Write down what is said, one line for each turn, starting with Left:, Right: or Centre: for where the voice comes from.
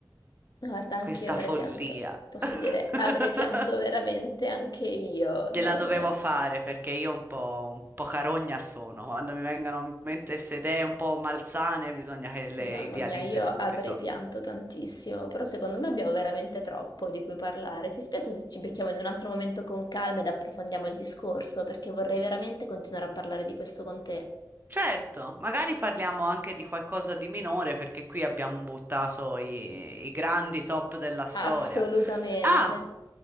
Left: No, Guarda, anche
Right: Questa
Left: io avrei
Right: follia.
Left: pianto. Posso
Right: <laughs>
Left: dire, avrei pianto veramente anche io.
Right: Gliela
Left: Non...
Right: dovevo fare perché io un po', un po' carogna sono. Quando mi vengono in mente queste idee un po' malsane, bisogna che le
Left: Mamma
Right: idealizzi
Left: mia, io
Right: subito.
Left: avrei pianto tantissimo, però secondo me abbiamo veramente troppo di cui parlare. Ti spiace se ci becchiamo in un altro momento con calma ed approfondiamo il discorso, perché vorrei veramente continuare a parlare di questo con te.
Right: Certo, magari parliamo anche di qualcosa di minore perché qui abbiamo buttato i, i grandi top della storia.
Left: Assolutamente.
Right: Ah,